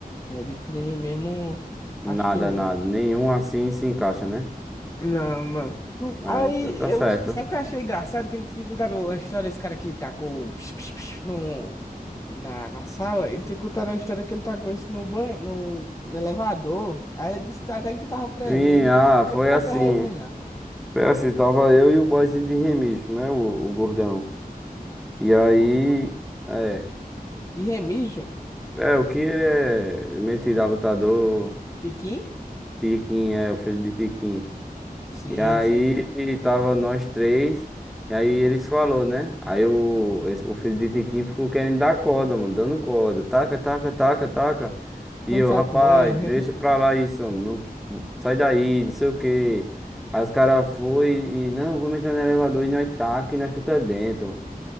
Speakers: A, on the left; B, in the centre.
A: é, de crime mesmo,
B: Nada,
A: acho que não.
B: nada. Nenhum assim se encaixa, né?
A: Não, não.
B: É,
A: Aí
B: então tá
A: eu.
B: certo.
A: Sabe o que eu achei engraçado? Que ele tinha contado a história, esse cara que tacou psh, psh, psh, no, na, na sala. Ele tinha contado a história que ele tacou isso no banho, no, no elevador. Aí ele disse até que tu tava presente
B: Sim, ah,
A: e tal. Como
B: foi
A: é que foi
B: assim.
A: essa resenha?
B: Foi assim, tava eu e o boyzinho de Remígio, né? O, o gordão. E aí,
A: Gordão.
B: é.
A: De remígio?
B: É, o que ele é metido a lutador.
A: Tiquim?
B: Tiquinho, é o filho de Tiquinho.
A: Sim,
B: E aí
A: sim. sim.
B: tava nós três, e aí eles falou, né? Aí o, esse- o filho de Tiquinho ficou querendo dar corda, mano, dando corda. Taca, taca, taca, taca. E
A: Tu
B: eu,
A: não sabe
B: rapaz,
A: como é? <laughs>
B: deixa pra lá isso, mano, não, sai daí, não sei o quê. Aí os caras foi e, não, vamos entrar no elevador e nós taca e nós fica dentro.